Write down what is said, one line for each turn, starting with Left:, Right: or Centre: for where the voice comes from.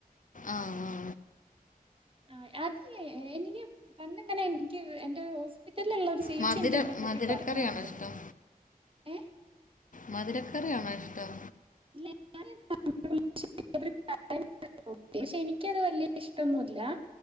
Left: ആഹ്
Right: ആഹ് അത് എങ്ങനെ പണ്ടെങ്ങനെ എനിക്ക് എന്റെ ഹോസ്പിറ്റലിലുള്ള ഒരു സ് ചേച്ചിഇൻക്ക്
Left: മധുര
Right: അതിനെപ്പറ്റി
Left: മധുരക്കറിയാണോ
Right: പറഞ്ഞു തന്നിരുന്നു
Left: ഇഷ്ടം
Right: ഏഹ
Left: മധുരക്കറിയണോ ഇഷ്ടം
Right: ഇല്ല <unintelligible> <unintelligible> പക്ഷേ എനിക്കത് വലിയ ഇഷ്ടൊന്നും ഇല്ല